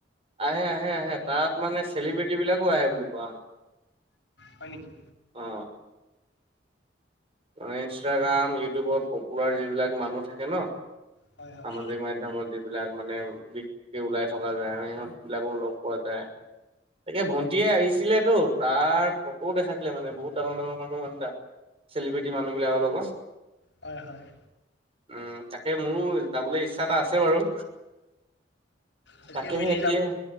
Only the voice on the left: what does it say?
হয় নেকি
হয় হয়
হয় হয়
তাকে
মিলি
যাম